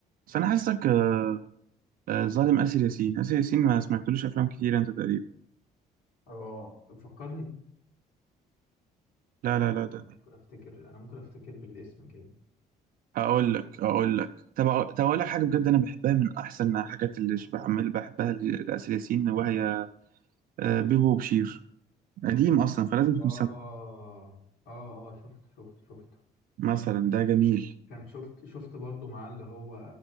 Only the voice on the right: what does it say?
بس انا حاسسك آه، آه، ظالم آسر ياسين آسر ياسين ما سمعتلوش افلام كتير انت تقريبا
لا لا لا
ده
اقول لك اقول لك طب أقول- طب اقول لك حاجه بجد انا بحبها من احسن الحاجات اللي ش- بعمل بحبها ل- لآسر ياسين وهي آه، بيبو وبشير قديم اصلا فلازم تكون
سامع
مثلا ده جميل